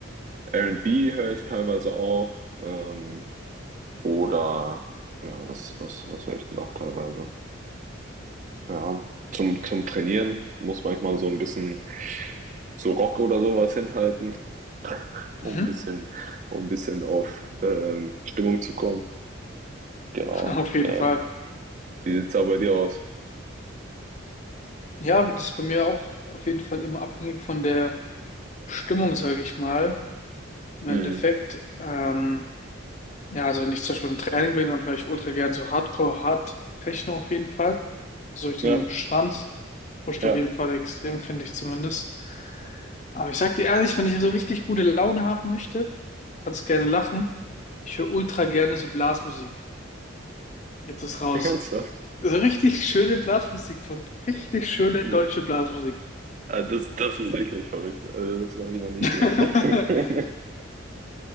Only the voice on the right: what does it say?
R und B höre ich teilweise auch ähm, oder ja, was, was, was höre ich denn auch teilweise? Ja, zum, zum Trainieren muss manchmal so ein bisschen so Rock oder sowas hinhalten, um
ein bisschen, um ein bisschen auf ähm, Stimmung zu kommen. Genau.
Ähm,
wie sieht's da bei dir aus?
Mhm.
Ja,
ja.
Ernsthaft? <laughs>
Ne,
ah, Das, das ist wirklich verrückt. Also, das habe ich noch nicht
gehört. <laughs>